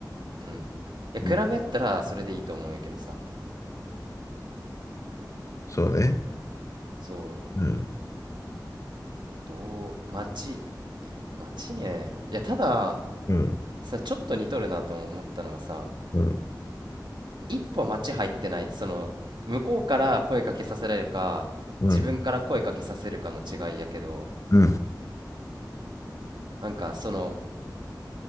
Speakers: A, on the right (about 80°); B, on the left (about 45°).
A: うん。いや、
B: うん。
A: 比べやったらそれでいいと思うんやけどさ。
B: そうね。
A: そう、
B: うん。
A: どう、街、街ね。いや、ただ、
B: うん。
A: さ、ちょっと似とるなと思ったのはさ、
B: うん。
A: 一歩街入ってないその、向こうから声かけさせられるか、
B: うん。
A: 自分から声かけさせるかの違いやけど、
B: うん。
A: なんかその、